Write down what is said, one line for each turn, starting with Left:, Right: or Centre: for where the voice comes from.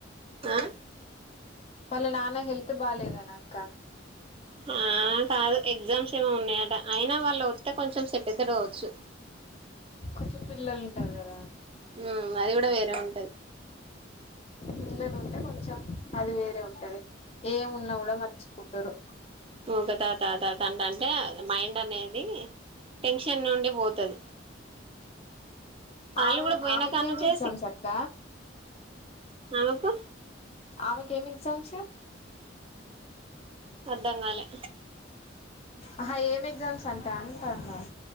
Right: ఆ
Left: వళ్ళ నానా హెల్త్ బాలేదనా అక్క
Right: ఆ కాదు ఎగ్జామ్స్ ఏమో ఉన్నాయట అయినా వాళ్ళ వస్తే కొంచెం సెట్ అయితడుకావచ్చు
Left: కొంచెం పిల్లలు ఉంటారు కదా
Right: ఉ అది కూడా వేరే ఉంటది
Left: పిల్లలుంటే కొంచెం అది వేరే ఉంటది ఏమున్నా కూడా మర్చిపోతారు
Right: ఊకే తాతా తాతంటే మైండ్ అనేది టెన్షన్ నుండి పోతది వాళ్ళు
Left: ఆమె
Right: కూడా పోయిన
Left: ఆమెకి
Right: కానుంచే
Left: ఏం ఎగ్జామ్స్ అక్క
Right: ఆమకు
Left: ఆమెకేం ఎగ్జామ్సు
Right: అర్థంగాలే
Left: ఆహా ఏం ఎగ్జామ్స్ అంట అంటాన్న